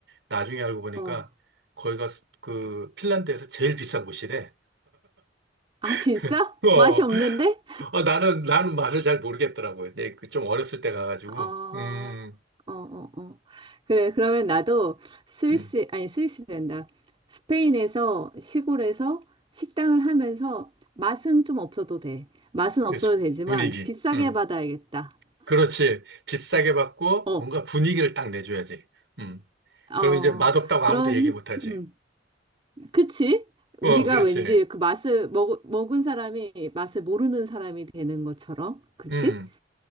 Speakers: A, on the right; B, on the right.
A: 나중에 알고 보니까
B: 어.
A: 거기가 스- 그 핀란드에서 제일 비싼 곳이래.
B: 아,
A: <laughs>
B: <laughs> 진짜?
A: 어.
B: 맛이 없는데?
A: 아, 나는, 나는 맛을 잘 모르겠더라고요. 내 그 좀 어렸을 때 가가지고,
B: 아,
A: 음,
B: 어, 어, 어. 그래, 그러면 나도 스위스,
A: 음,
B: 아니, 스위스 된다. 스페인에서, 시골에서 식당을 하면서 맛은 좀 없어도 돼. 맛은
A: 그래서
B: 없어도 되지만
A: 분위기,
B: 비싸게
A: 음,
B: 받아야겠다.
A: 그렇지. 비싸게 받고
B: 어,
A: 뭔가 분위기를 딱 내줘야지. 음,
B: 어,
A: 그러면 이제 맛없다고
B: 그런,
A: 아무도 얘기 못하지.
B: 음. 그치?
A: 어,
B: 우리가
A: 그렇지.
B: 왠지 그 맛을 먹, 먹은 사람이 맛을 모르는 사람이 되는 것처럼, 그치?
A: 음,